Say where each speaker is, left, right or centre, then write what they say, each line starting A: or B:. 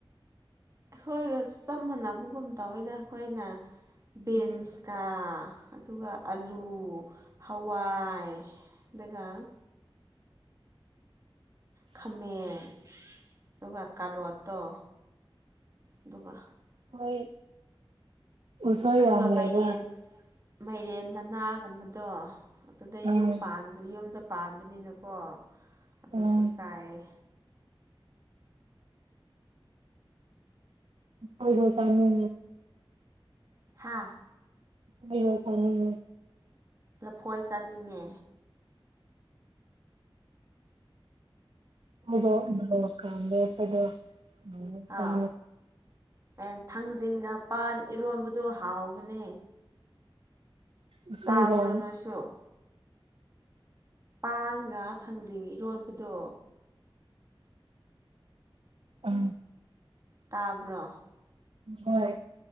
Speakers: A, on the right; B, on the right.
A: ꯑꯩꯈꯣꯏꯒ ꯆꯞ ꯃꯥꯟꯅꯕꯒꯨꯝ ꯇꯋꯏꯅ ꯑꯩꯈꯣꯏꯅ ꯕꯤꯟꯁꯀ
B: ꯎꯝ
A: ꯑꯗꯨꯒ ꯑꯂꯨ ꯍꯋꯥꯏ ꯑꯗꯨꯒ ꯈꯥꯃꯦꯟ ꯑꯗꯨꯒ ꯀꯔꯣꯠꯇꯣ ꯑꯗꯨꯒ
B: ꯍ ꯍꯣꯏ ꯄꯁꯣꯏ
A: ꯑꯗꯨꯒ
B: ꯌꯥꯝꯃꯦꯕ
A: ꯃꯥꯏꯔꯦꯟ ꯃꯥꯏꯔꯦꯟ ꯃꯅꯥꯒꯨꯝꯕꯗꯣ ꯑꯗꯨꯗ
B: ꯎꯝ
A: ꯌꯨꯝ ꯄꯥꯟꯕ ꯌꯨꯝꯗ ꯄꯥꯟꯕꯅꯤꯅꯀꯣ ꯑꯗꯨꯁꯨ
B: ꯎꯝ
A: ꯆꯥꯏꯌꯦ
B: ꯗꯣ ꯆꯥꯡꯒꯣ
A: ꯍꯥꯥ
B: ꯐꯒꯁꯅꯤ
A: ꯂꯐꯣꯏ ꯆꯥꯅꯤꯡꯉꯦ
B: ꯗꯣ ꯀꯝꯕꯦꯗꯣ ꯑ ꯇꯥ
A: ꯑꯥ ꯑꯦ ꯊꯥꯡꯖꯤꯡꯒ ꯄꯥꯟ ꯏꯔꯣꯟꯝꯕꯗꯨ ꯍꯥꯎꯕꯅꯦ
B: ꯎꯁꯣꯏꯒ
A: ꯆꯥꯕ꯭ꯔꯣ ꯅꯣꯏꯁꯨ ꯄꯥꯟꯒ ꯊꯥꯡꯖꯤꯡ ꯏꯔꯣꯟꯕꯗꯣ
B: ꯑꯥ
A: ꯇꯥꯕ꯭ꯔꯣ
B: ꯍꯣꯏ